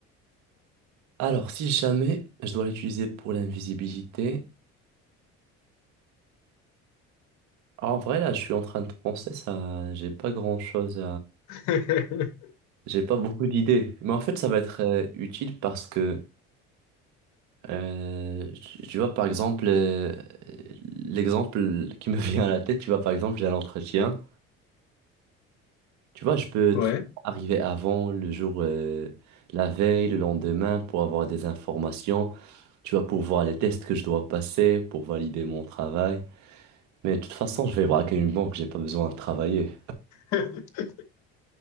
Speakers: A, on the right (about 75°); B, on the left (about 75°).
A: Alors, si jamais je dois l'utiliser pour l'invisibilité, en vrai, là, je suis en train de penser ça, j'ai pas grand-chose
B: <laughs>
A: J'ai pas beaucoup d'idées, mais en fait, ça va être euh, utile parce que, euh, tu tu vois, par exemple, euh, l'exemple qui me <laughs> vient à la tête, tu vois, par exemple, j'ai un entretien, tu vois, je peux
B: Ouais,
A: très bien arriver avant, le jour, euh, la veille, le lendemain, pour avoir des informations, tu vois, pour voir les tests que je dois passer, pour valider mon travail. Mais de toute façon, je vais braquer une banque, j'ai pas besoin de travailler.
B: <laughs>